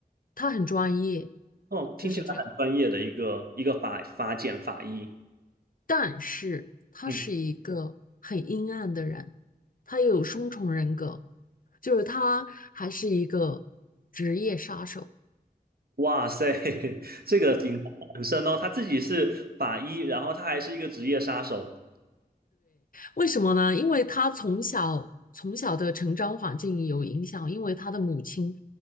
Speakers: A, on the left; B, on the right.
A: 他很专业，
B: 哦，
A: 就是这，
B: 听起来很专业的一个一个法法检法医。
A: 但是他是一个很阴暗的人，
B: 嗯，
A: 他有双重人格，就是他还是一个职业杀手。
B: 哇塞，<laughs> 这个影很深哦。他自己是法医，然后他还是一个职业杀手。
A: 为什么呢？因为他从小从小的成长环境有影响，因为他的母亲